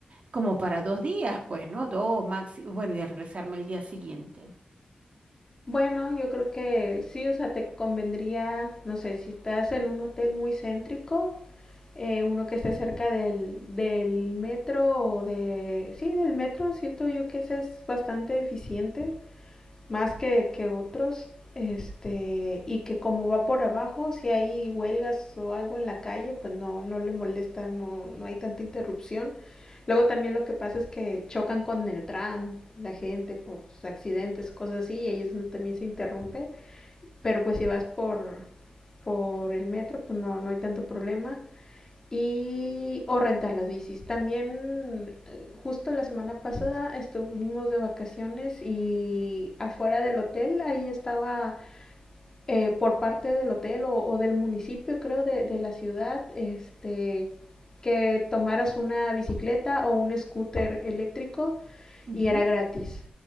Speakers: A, on the right; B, on the left.
A: como para dos días, pues, ¿no? Dos máximo, bueno, y de regresarme el día siguiente.
B: Bueno, yo creo que sí, o sea, te convendría, no sé, si estás en un hotel muy céntrico, eh, uno que esté cerca del, del metro o de... Sí, del metro, siento yo que ese es bastante eficiente, más que, que otros. Este, y que como va por abajo, si hay huelgas o algo en la calle, pues no, no le molesta, no, no hay tanta interrupción. Luego también lo que pasa es que chocan con el tram, la gente por accidentes, cosas así, y ahí es donde también se interrumpe. Pero pues si vas por, por el metro, pues no, no hay tanto problema y o rentar las bicis. También eh, justo la semana pasada estuvimos de vacaciones y afuera del hotel, ahí estaba eh, por parte del hotel o, o del municipio creo de, de la ciudad, este que tomaras una bicicleta o un scooter eléctrico
A: Ujú.
B: y era gratis,